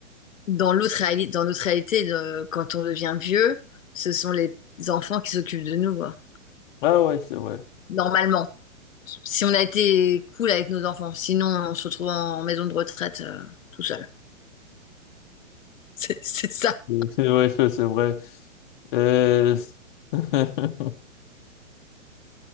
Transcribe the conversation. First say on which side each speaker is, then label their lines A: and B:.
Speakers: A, on the left (about 80°); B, on the left (about 40°).
A: dans l'autre réali- dans notre réalité de- quand on devient vieux. Ce sont les enfants qui s'occupent de nous, quoi.
B: Ah ouais, c'est vrai.
A: Normalement. si on a été cool avec nos enfants. Sinon, on se retrouve en maison de retraite euh, tout seul. <laughs> C'est c'est ça.
B: <laughs> C'est vrai, c'est c'est vrai. Euh, <laughs>